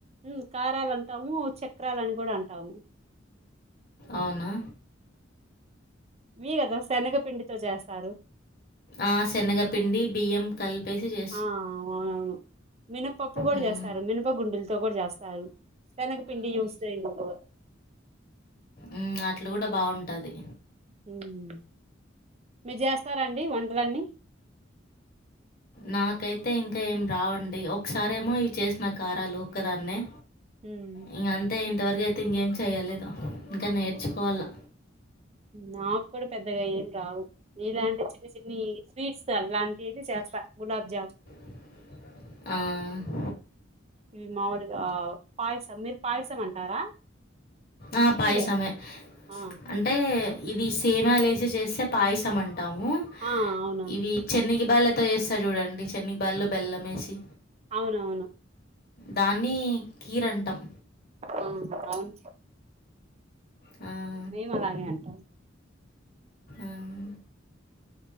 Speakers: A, on the right; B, on the left.
A: ఉమ్ కారాలు అంటాము చక్రాలని కూడా అంటాము
B: అవునా
A: వీ కదా శనగ పిండి తో చేస్తారు
B: ఆ శనగపిండి బిఎం కల్పేసి చే
A: ఆ అవునవును మినపప్పు కూడా
B: మ్మ్.
A: చేస్తారు మినప గుండులతో కూడా చేస్తా రు శెనగ పిండి యూజ్ చేయకూడదు
B: ఉమ్ అట్లు కూడా బాగుంటది
A: ఉమ్ మీరు చేస్తారాండి వంటలన్నీ
B: నాకైతే ఇంకా ఏం రావండి ఒకసారేమో ఇవి చేసిన కారాలు ఒక్కదాన్నే
A: ఉమ్
B: ఇంగ అంతే ఇంతవరకు అయితే ఇంకేం చేయలేదు ఇంకా నేర్చుకోవాలా
A: నాకు కూడా పెద్దగా ఏం రావు ఇలాంటి చిన్న చిన్ని స్వీట్స్ అలాంటి అయితే చేస్తా గులాబ్ జామ్
B: ఆ
A: ఇవి మాములుగా పాయసం మీరు పాయసం అంటారా
B: ఆ పాయిసమే
A: కీర ఆ
B: అం టే ఇది సేమియలేసి చేస్తే పాయసం అంటాము
A: ఆ అవునవును
B: ఇవి చెన్ని గి బాళ్ళతో చేస్తరు చూడండి చెన్నిగి బాళ్ల బెల్లం వేసి
A: అవునవును
B: దాన్ని కీర్ అంటాం
A: ఆమ్ అవును
B: ఆ
A: మేము అలాగే అంటాం
B: ఆమ్